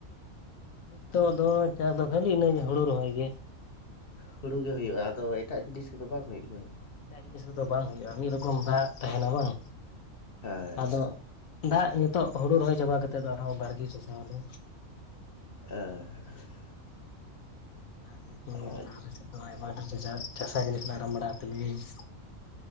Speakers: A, on the left; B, on the left.
A: ᱱᱤᱛᱚᱜ ᱫᱚ ᱪᱟᱥ ᱫᱚ ᱠᱷᱟᱹᱞᱤ ᱤᱱᱟᱹᱜᱮ ᱦᱩᱲᱩ ᱨᱚᱦᱚᱭ ᱜᱮ
B: ᱦᱩᱲᱩ ᱜᱮ ᱦᱩᱭᱩᱜᱼᱟ ᱟᱫᱚ ᱮᱴᱟᱜ ᱡᱤᱱᱤᱥ ᱠᱚᱫᱚ ᱵᱟᱝ ᱦᱩᱭᱩᱜ ᱜᱮᱭᱟ?
A: ᱮᱟᱜ ᱡᱤᱱᱤᱥ ᱠᱚᱫᱚ ᱵᱟᱝ ᱦᱩᱭᱩᱜᱼᱟ ᱢᱤᱫ ᱨᱚᱠᱚᱢ ᱫᱟᱜ ᱛᱟᱦᱮᱱᱟ ᱵᱟᱝ,
B: ᱦᱮᱸ
A: ᱟᱫᱚ ᱫᱟᱜ ᱱᱤᱛᱚᱜ ᱦᱩᱲᱩ ᱨᱚᱦᱚᱭ ᱪᱟᱵᱟ ᱠᱟᱛᱮᱫ ᱫᱚ ᱟᱨᱦᱚᱸ ᱵᱟᱲᱜᱮ ᱪᱟᱥᱟ ᱟᱞᱮ
B: ᱟᱨ
A: ᱤᱭᱟᱹ ᱠᱚ
B: ᱟᱪᱪᱷᱟ
A: ᱢᱮᱱᱟᱜᱼᱟ ᱟᱞᱮ ᱥᱮᱫ ᱫᱚ ᱟᱭᱢᱟ <unintelligible> ᱪᱟᱥᱼᱟ ᱡᱤᱱᱤᱥ ᱠᱚ ᱨᱟᱢᱵᱽᱲᱟ ᱛᱤᱞᱢᱤᱧ <inaudible>